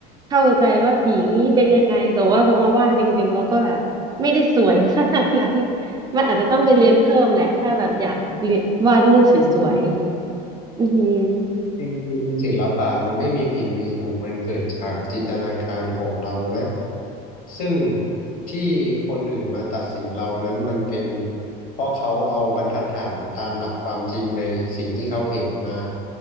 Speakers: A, on the right; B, on the left.
A: เข้าใจว่าสีนี้เป็นยังไงแต่ว่าพอมาวาดจริงๆเราก็แบบไม่ได้สวยขนาดนั้นมันอาจจะต้องไปเรียนเพิ่มแหละถ้าแบบอยากเรียนวาดรูปสวยๆอือหือ
B: จริงๆศิลปะมันไม่มีผิดมีถูกมันเกิดจากจินตนาการของเรานะซึ่งที่คนอื่นมาตัดสินเรานั้นมันเป็นเพราะเขาเอาบรรทัดฐานตามหลักความจริงในสิ่งที่เขาเห็นมา